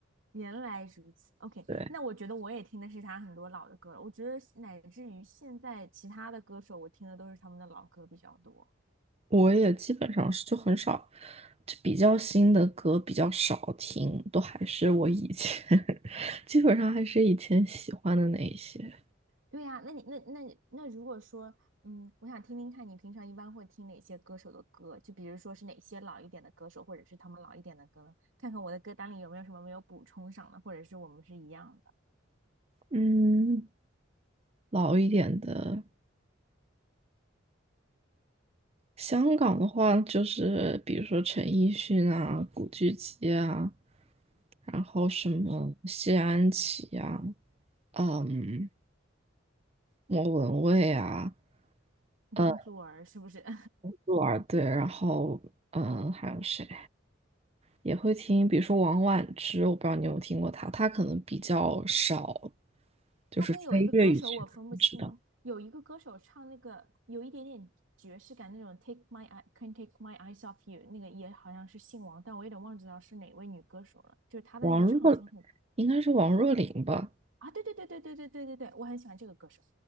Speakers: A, on the right; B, on the right.
A: 原来如此，OK，
B: 对。
A: 那我觉得我也听的是他很多老的歌了。我觉得乃至于现在其他的歌手，我听的都是他们的老歌比较多。
B: 我也基本上是就很少，就比较新的歌比较少听，都还是我以前，<laughs> 基本上还是以前喜欢的那一些。
A: 对呀，那你那那那如果说，嗯，我想听听看你平常一般会听哪些歌手的歌，就比如说是哪些老一点的歌手，或者是他们老一点的歌呢？看看我的歌单里有没有什么没有补充上的，或者是我们是一样的。
B: 嗯，老一点的香港的话，就是比如说陈奕迅啊、古巨基啊，然后什么谢安琪啊，嗯，莫文蔚啊，
A: 容祖儿是不是？
B: 嗯，
A: <laughs>
B: 鹿儿对，然后嗯，还有谁？也会听，比如说王菀之，我不知道你有没有听过她，她可能比较少，就是非粤语区的不知道。
A: 她跟有一个歌手我分不清，有一个歌手唱那个有一点点爵士感那种《Take My Eye Can't a k e My Eyes Off You》，那个也好像是姓王，但我有点忘记了是哪位女歌手了。就是她的那个唱腔很
B: 王若应该是王若琳吧？
A: 啊，对对对对对对对对对，我很喜欢这个歌手。